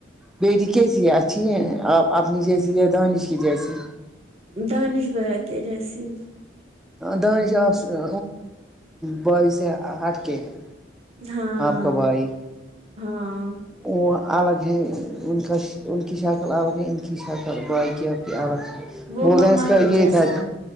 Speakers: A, in the centre; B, on the right (about 30°).
A: بیٹی
B: ہوں
A: کیسی ہے اچھی ہے آپ اپنی جیسی ہے دانش کی جیسی
B: دانش بھائی کے جیسی
A: دانش آپ سے بھائی سے ہٹکے ہے
B: ہاں
A: آپ کا بھائی
B: ہاں
A: وہ الگ ہیں انکی کی شکل الگ ان کی شک بھائی کی آپکے الگ
B: وہ
A: بولتے
B: مما
A: ہیں اس کا
B: کے
A: یہی
B: جیسا
A: تھا
B: ہے